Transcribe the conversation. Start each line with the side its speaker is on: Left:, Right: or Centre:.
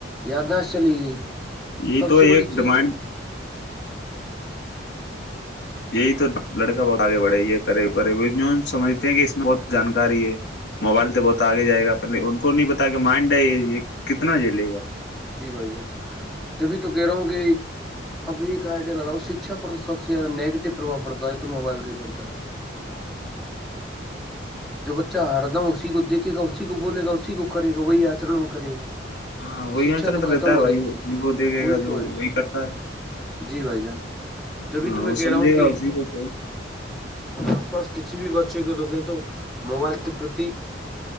Centre: یا دش چلی گئی
Left: یہ
Centre: سب
Left: تو
Centre: سے بڑی
Left: ایک
Centre: چیز
Left: ڈیمانڈ
Centre: تو
Left: یہی تو لڑکا بہت آگے بڑھی ہے کرریب کرریب سمجھتے ہیں کہ اس میں بہت جانکاری ہے موبائل سے بہت آگے جائے گا پہلے ان کو نہیں بتا کہ مائنڈ ہے یہ کتنا جیلے گا
Centre: جی بھائی جان جبھی تو کہہ رہا ہوں کہ اب ایک آئیڈیا لگاؤ شکھا پر تو سب سے زیادہ نیگیٹو پرباؤ پڑتا ہے تو موبائل کا ہی پڑتا ہے جو بچہ ہارد اسی کو دیکھے گا اسی کو بولے گا اسی کو کرے گا وہی آچرم میں کرے گا
Left: ہاں
Centre: تو
Left: وہ
Centre: شکھا
Left: یہاں چل
Centre: تو
Left: رہتا
Centre: ختم
Left: ہے
Centre: ہو
Left: بھائی
Centre: رہی تھیھی
Left: اسی کو دیکھے
Centre: وہی
Left: گا
Centre: تو
Left: جو
Centre: ہے
Left: وہی کرتا ہے
Centre: جی بھائی جان جبھی
Left: ہاں
Centre: تو
Left: وہ
Centre: کہہ
Left: سمجھے
Centre: رہا ہوں
Left: گا
Centre: کہ
Left: اسی کو تو ہ
Centre: آس پاس کسی بھی بچے کو دکیں تو موبائل کے پرتی